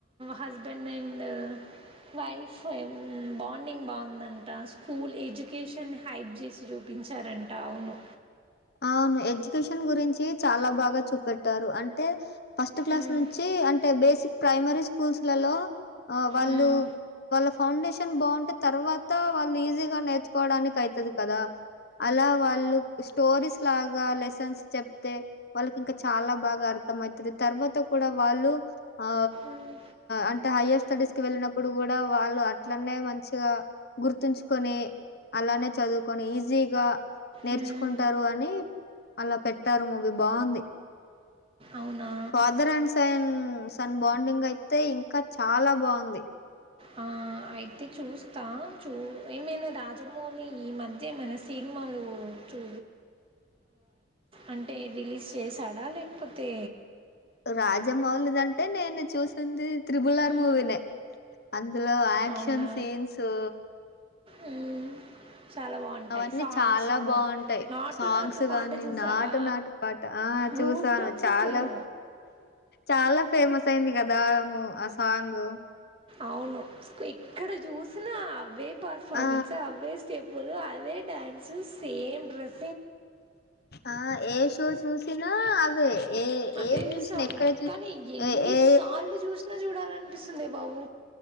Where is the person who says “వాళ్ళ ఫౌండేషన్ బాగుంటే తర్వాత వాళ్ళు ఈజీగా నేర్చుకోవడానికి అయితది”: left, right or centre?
Left